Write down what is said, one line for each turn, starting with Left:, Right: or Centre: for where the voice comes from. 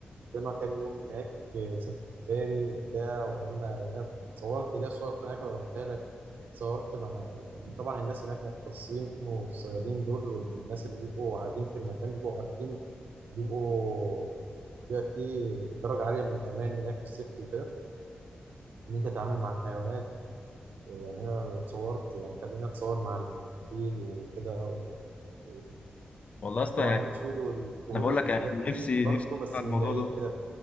Right: قضينا كام يوم هناك آه، سفاري وبتاع وقعدنا هناك صورت ليا صور هناك ببعتها لك صورت مع طبعا الناس هناك مختصين والصيادين دول والناس اللي بيبقوا قاعدين في المكان بيبقوا عارفين بيبقوا بيبقى فيه درجة عالية من الأمان هناك والسيفتي وكده إن أنت تتعامل مع الحيوانات يعني أنا اتصورت يعني خليني أتصور مع الفيل وكده و- و-
Left: والله أصلا
Right: وطبعا
Left: يعني
Right: الأسود والفهود
Left: أنا بقول
Right: والحاجات
Left: لك أنا
Right: دي
Left: نفسي
Right: برضه
Left: نفسي أطلع
Right: بس
Left: الموضوع
Right: من بعيد
Left: ده
Right: كده